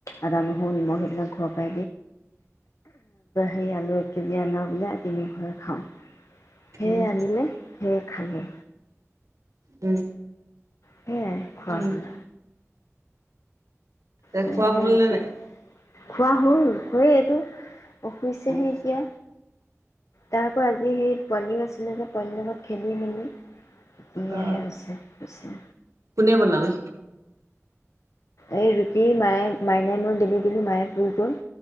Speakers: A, on the left; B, on the right.
A: আদা, নহৰু, নিমখ
B: উম
A: এইবিলাক ঘৰত সেই আলু এক কেজি অনা বোলে তিনি ঘৰে খাওঁ সেয়ে
B: উম
A: আনিলে সেয়ে খালে
B: উম
A: সেয়াই খোৱা
B: উম
A: হল
B: এ
A: তেনে
B: খোৱা
A: সেই
B: হল
A: ৰুটি
B: নে নাই!
A: খোৱা হল সেয়ে এইটো <unintelligible>
B: উম
A: এতিয়া তাৰ পৰা আজি সেই পোৱালিও আছিলে যে পোৱালিৰ লগত খেলি মেলি এয়াহে
B: অ
A: হৈছে হৈছে
B: কোনে বনালে
A: এই ৰুটি মায়ে মাইনাই মই বেলি দিলো মায়ে পুৰি গ'ল